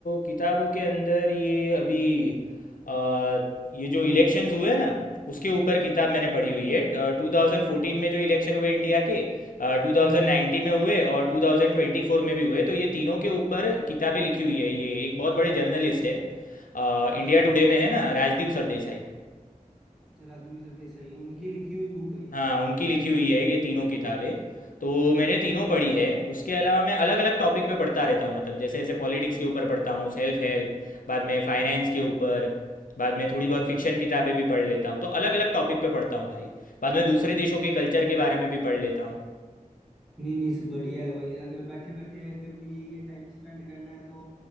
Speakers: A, on the left (about 85°); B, in the centre.
A: किताबों के अंदर ये अभी अ, ये जो इलेक्शंस हुए ना उसके ऊपर
B: हाँ
A: किताब
B: जी
A: मैंने पढ़ी हुई है टू थाउजेंड फोर्टीन में जो इलेक्शन हुए इंडिया के टू थाउजेंड
B: हाँ जी हाँ
A: नाइन्टी
B: जी
A: में हुए और टू थाउजेंड ट्वेंटी फोर में भी हुए तो ये तीनों के ऊपर किताबें लिखी हुई है ये एक बहुत बड़े जर्नलिस्ट है अ,
B: अच्छा
A: इंडिया
B: अच्छा
A: टुडे में है ना राजदीप सरदेसाई
B: अच्छा राजवीर सरदेसाई उनकी लिखी हुई बुक है ये
A: हाँ उनकी लिखी हुई है ये तीनों किताबें तो मैंने तीनों पढ़ी है उसके अलावा मैं अलग अलग टॉपिक पे पढ़ता रहता हूँ मतलब जैसे ऐसे पॉलिटिक्स के ऊपर पढ़ता हूँ सेल्फ हेल्प बाद में फाइनेंस के ऊपर बाद में थोड़ी बहुत फिक्शन किताबें भी पढ़ लेता हूँ तो अलग अलग टॉपिक पे पढ़ता हूँ भाई बाद में दूसरे देशों के कल्चर के बारे में भी पढ़ लेता हूँ
B: नहीं नहीं इस- बढ़िया है भाई अगर बैठे बैठे अगर ये ये टाइम स्पेंड करना है तो